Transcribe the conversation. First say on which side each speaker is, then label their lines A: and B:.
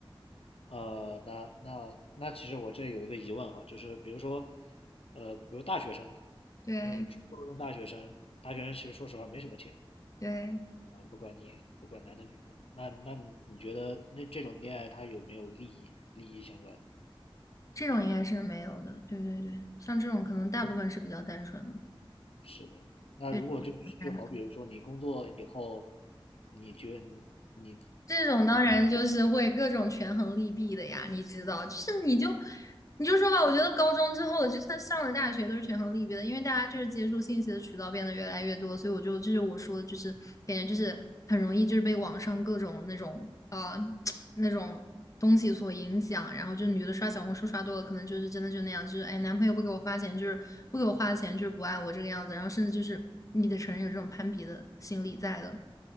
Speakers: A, on the left; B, on the left.
A: 呃，那那那其实我这有一个疑问哈，就是比如说，呃，比如大学生，
B: 对
A: 就是初高中大学生，大学生其实说实话没什么钱，
B: 对。
A: 啊，不管你不管男的女的，那那你你觉得那这种恋爱它有没有利益利益相关的？
B: 这种应该是没有的。对对对，像这种可能大部分是比较单纯的，
A: 是的，那如果就就好比如说你工作以后，
B: 对，单纯。
A: 你觉得你你
B: 这种当然就是会各种权衡利弊的呀，你知道，就是你就你就说吧，我觉得高中之后，就算上了大学，都是权衡利弊的，因为大家就是接触信息的渠道变得越来越多，所以我就这就是我说的，就是感觉就是很容易就是被网上各种那种啊、呃 <tsk> 那种东西所影响，然后就女的刷小红书刷多了，可能就是真的就那样，就是哎，男朋友不给我花钱，就是不给我花钱，就是不爱我这个样子，然后甚至就是你得承认有这种攀比的心理在的。